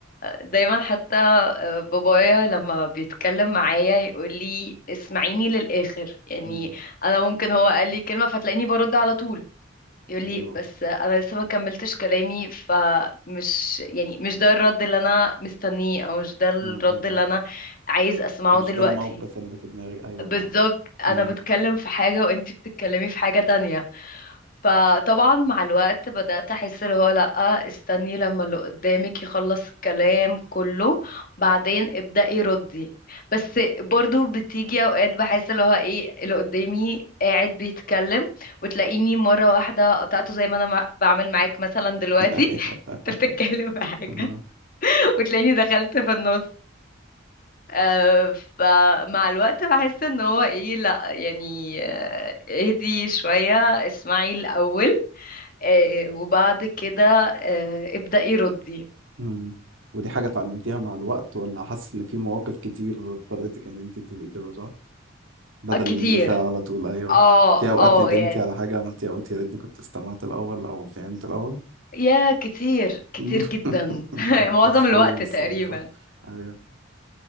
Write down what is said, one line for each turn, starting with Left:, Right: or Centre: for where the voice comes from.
Left: دايما حتى آه، بابايا لما بيتكلم معايا يقول لي اسمعيني للآخر يعني
Right: مم.
Left: انا ممكن هو قال لي كلمة فتلاقيني برد على طول يقول لي
Right: أيوه
Left: بس انا لسه ما كملتش كلامي فمش يعني مش ده الرد اللي انا مستنيه او مش ده الرد
Right: مم. مم.
Left: اللي
Right: مم.
Left: انا عايز اسمعه
Right: مش
Left: دلوقتي
Right: ده الموقف اللي في دماغي أيوه
Left: بالظبط
Right: صح
Left: انا
Right: مم.
Left: بتكلم في حاجة وانتي بتتكلمي في حاجة تانية فطبعا مع الوقت بدأت أحس اللي هو لأ استني لما اللي قدامك يخلص الكلام كله بعدين ابدأي ردي بس برضو بتيجي أوقات بحس اللي هو إيه اللي قدامي قاعد بيتكلم وتلاقيني مرة واحدة قطعته زي ما أنا مع- بعمل معاك مثلا دلوقتي
Right: <laughs>
Left: <laughs> أنت بتتكلم في حاجة
Right: أيوه.
Left: <laughs> وتلاقيني دخلت في النص آه، فمع الوقت بحس ان هو ايه لا يعني آه، اهدي شوية اسمعي الأول آه، وبعد كده آه، ابدأي ردي
Right: مم. ودي حاجة اتعلمتيها مع الوقت ولا حاسس إن في مواقف كتير اضطريتك إن أنت تبقي كده صح؟ بدل
Left: آه، كتير
Right: الاندفاع على طول أيوه
Left: اه
Right: في أوقات
Left: اه
Right: ندمتي
Left: يعني
Right: على حاجة عملتيها قلت يا ريتني كنت استمعت الأول أو فهمت الأول
Left: يا كتير كتير
Right: <laughs>
Left: جدا <laughs>
Right: محدش
Left: معظم الوقت
Right: اتعلم بالسهل
Left: تقريبا
Right: صح؟ أيوه